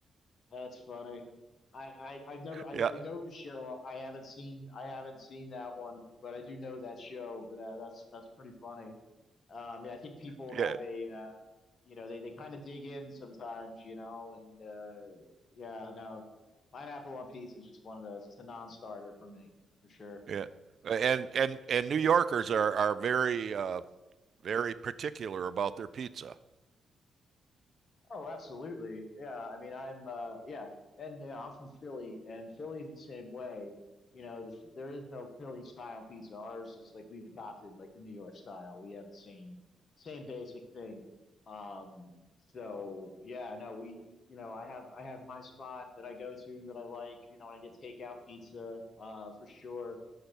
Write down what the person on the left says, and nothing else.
That's funny. I, I I've never I,
I know the show. I haven't seen I haven't seen that one, but I do know that show. But uh, that's that's pretty funny. Um, yeah, I think people
have a uh, you know they they kind of dig in sometimes, you know, and uh, yeah, no, pineapple on pizza is just one of those. It's a non-starter for me for sure.
Oh, absolutely. Yeah, I mean, I'm uh yeah, and you know, I'm from Philly, and Philly's the same way. You know, the, there is no Philly style pizza. Ours is like we've adopted like the New York style. We have the same same basic thing. Um, so yeah, no, we you know, I have I have my spot that I go to that I like, you know, when I get takeout pizza, uh, for sure.